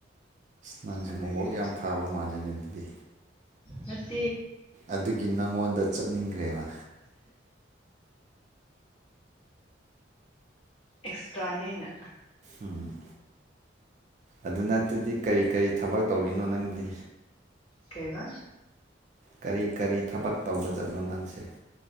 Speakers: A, on the right; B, on the left.
A: ꯅꯪꯁꯦ
B: ꯑꯗꯨꯒꯤ
A: ꯃꯕꯣꯛ ꯌꯥꯝ ꯐꯥꯕ ꯃꯥꯜꯂꯤꯅꯦ ꯑꯗꯨꯗꯤ
B: ꯍꯠ
A: ꯑꯗꯨꯒꯤ ꯅꯪꯉꯣꯟꯗ ꯆꯠꯅꯤꯡꯈ꯭ꯔꯦꯕ
B: ꯑꯦꯛꯁꯇ꯭ꯔꯥꯅꯤ ꯑꯩꯅ
A: ꯎꯝ ꯑꯗꯨ ꯅꯠꯇꯗꯤ ꯀꯔꯤ ꯀꯔꯤ ꯊꯕꯛ ꯇꯧꯔꯤꯅꯣ ꯅꯪꯗꯤ
B: ꯀꯩꯕ
A: ꯀꯔꯤ ꯀꯔꯤ ꯊꯕꯛ ꯇꯧꯕ ꯆꯠꯂꯣ ꯅꯪꯁꯦ